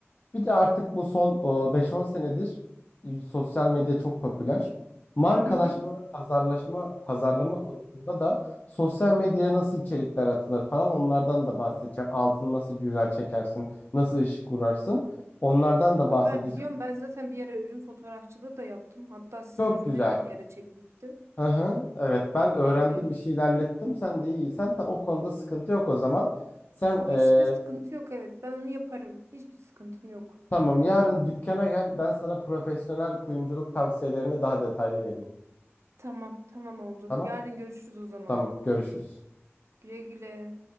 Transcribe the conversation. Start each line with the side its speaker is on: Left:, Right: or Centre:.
Left: Bir de artık bu son e, 5-10 senedir e, sosyal medya çok popüler. Markalaşma
Right: Hı hı.
Left: ve pazarlaşma, pazarlama konusunda da Sosyal medyaya nasıl içerikler atılır falan onlardan da bahsedeceğim. Altını nasıl güzel çekersin, nasıl ışık kurarsın onlardan da
Right: Abi
Left: bahsedeceğim.
Right: ben biliyorum ben zaten bir ara ürün fotoğrafçılığı da yaptım. Hatta sizin
Left: Çok
Right: ürünleri
Left: güzel.
Right: de bir ara çekmiştim.
Left: Hı hı, evet ben öğrendim
Right: Yani
Left: işi ilerlettim sen de iyiysen ta o konuda sıkıntı yok o zaman. Sen
Right: o
Left: eee,
Right: işte sıkıntı yok evet. Ben onu yaparım. Hiçbir sıkıntım yok.
Left: tamam yarın dükkana gel ben sana profesyonel kuyumculuk tavsiyelerini daha detaylı vereyim.
Right: Tamam, tamam oldu.
Left: Tamam
Right: Yarın görüşürüz o zaman.
Left: tamam görüşürüz.
Right: Güle güle.